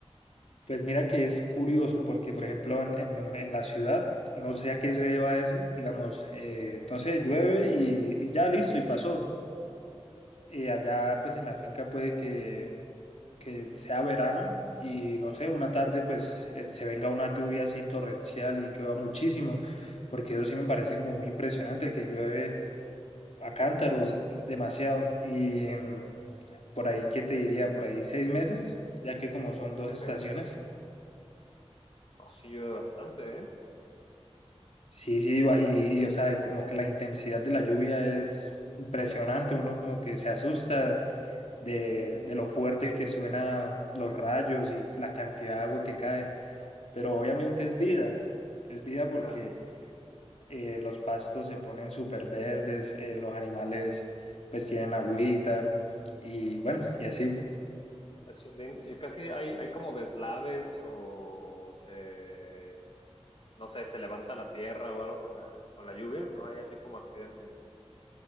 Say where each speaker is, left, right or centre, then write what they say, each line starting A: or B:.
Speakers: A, on the left; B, on the left.
A: pues mira que es curioso, porque por ejemplo en, en, en la ciudad, no sé a qué se deba eso, digamos, eh, no sé, llueve y, y ya listo y pasó. Eh, allá pues en la finca puede que que sea verano y no sé, una tarde pues eh, se venga una lluvia así torrencial y llueva muchísimo, porque eso sí me parece como muy impresionante, que llueve a cántaros demasiado. Y em, por ahí, ¿qué te diría? Por ahí seis meses, ya que como son dos
B: Ok,
A: estaciones,
B: no, sí llueve bastante, ¿eh?
A: sí, sí, va- y, y, o sea, como que la intensidad de la lluvia es impresionante, uno como que se asusta de, de lo fuerte que suenan los rayos y la cantidad de agua que cae. pero obviamente es vida, es vida porque
B: Claro,
A: eh, los pastos se ponen súper verdes, eh, los animales pues tienen agüita y bueno, y así.
B: eso es lindo. Y casi hay, hay como deslaves o se, no sé, se levanta la tierra o algo con la, con la lluvia, ¿no hay así como accidentes?